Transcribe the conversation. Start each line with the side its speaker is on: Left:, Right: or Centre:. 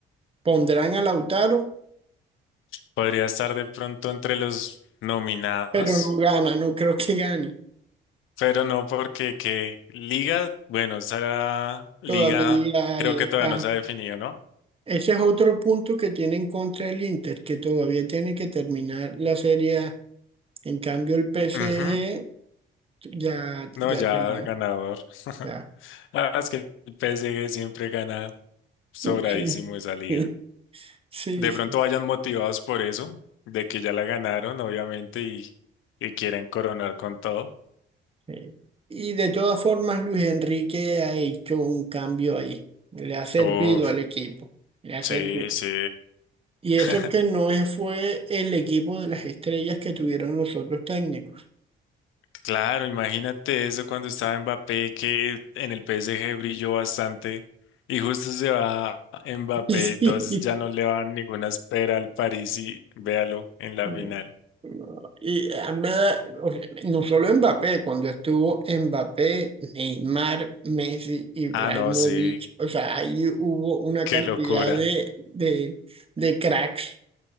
Right: pondrán a Lautaro,
Left: Podría estar de pronto entre los nominados,
Right: pero no gana, no creo que gane.
Left: pero no porque que Liga, bueno, esa Liga
Right: Todavía
Left: creo
Right: ahí
Left: que
Right: está.
Left: todavía no se ha definido, ¿no?
Right: Ese es otro punto que tiene en contra el Inter, que todavía tiene que terminar la Serie A. En cambio, el PSG
Left: Ujú.
Right: ya,
Left: No,
Right: ya
Left: ya
Right: terminó.
Left: ganador. <laughs>
Right: Ya.
Left: La es que el PSG siempre gana Sobradísimo
Right: Sí,
Left: esa liga.
Right: <laughs> sí,
Left: De
Right: sí,
Left: pronto vayan motivados por eso, de que ya la ganaron, obviamente, y, y quieren coronar con todo.
Right: Eh, Y de todas formas, Luis Enrique ha hecho un cambio ahí. Le ha servido
Left: Uf,
Right: al equipo. Le ha
Left: sí,
Right: servido.
Left: sí.
Right: Y
Left: <laughs>
Right: eso que no es- fue el equipo de las estrellas que tuvieron los otros técnicos. <laughs>
Left: Claro, imagínate eso cuando estaba Mbappé, que en el PSG brilló bastante, y justo se va Mbappé,
Right: Sí.
Left: entonces ya no le van ninguna espera al París y véalo en la
Right: No,
Left: final.
Right: no. Y a mí me da- o sea, no solo Mbappé, cuando estuvo Mbappé, Neymar, Messi, Ibrahimovic,
Left: Ah, no, sí,
Right: o sea, ahí hubo una
Left: qué
Right: cantidad
Left: locura.
Right: de, de, de cracks